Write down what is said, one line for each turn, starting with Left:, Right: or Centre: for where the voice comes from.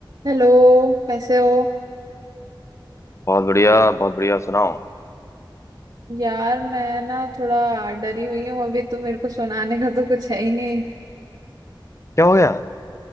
Right: Hello कैसे हो
Left: बहुत बढ़िया बहुत बढ़िया सुनाओ
Right: यार मैं ना थोड़ा डरी हुई हूँ अभी तो मेरे को सुनाने का तो कुछ है ही नहीं
Left: क्या हो गया